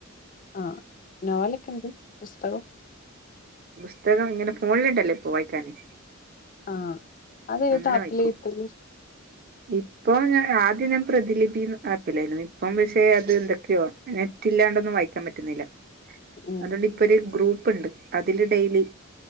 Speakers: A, on the left; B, on the right.
A: ആഹ് നോവലെക്കെണ്ട് പുസ്തകം
B: പുസ്തകം ഇങ്ങനെ ഫോണില്ണ്ടല്ലോ ഇപ്പോ വായിക്കാന്
A: ആഹ് അതേത്
B: അങ്ങനെ
A: ആപ്പിലാ
B: വായ്ക്കു
A: കിട്ടല്
B: ഇപ്പൊ ഞാനാദ്യം ഞാൻ പ്രതിലിപിന്ന് ആപ്പില്ലെനു ഇപ്പം പക്ഷെ അത് ന്തൊക്കെയാണ് നെറ്റ് ഇല്ലാണ്ടൊന്നും വായിക്കാൻ പറ്റുന്നില്ല
A: ഉം
B: അതൊണ്ട് ഇപ്പൊ ഒരു ഗ്രൂപ്പ്ണ്ട് അതില് ഡെയിലി